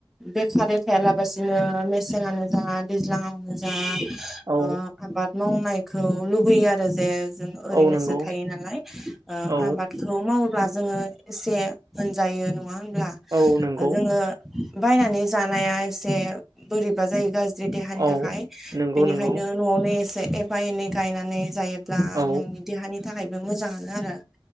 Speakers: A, in the centre; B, on the right.
A: बेखारै थायालाबसिनो मेसेङानो जा दैज्लाङानो जा
B: औ
A: ओ आबाद मावनायखौ लुबैयो आरो जे जों ओरैनोसो
B: औ नंगौ
A: थायो नालाय ओ
B: औ
A: आबादखौ मावोब्ला जोङो एसे होनजायो नङा होनब्ला
B: औ नंगौ
A: जोङो बायनानै जानाया एसे बोरैबा जायो गा़ ज्रि देहानि
B: औ
A: थाखाय
B: नंगौ
A: बेनिखायनो
B: नंगौ
A: न'आवनो एसे एफा एनै गायनानै जायो ब्ला
B: औ
A: नोंनि देहानि थाखायबो मोजाङानो आरो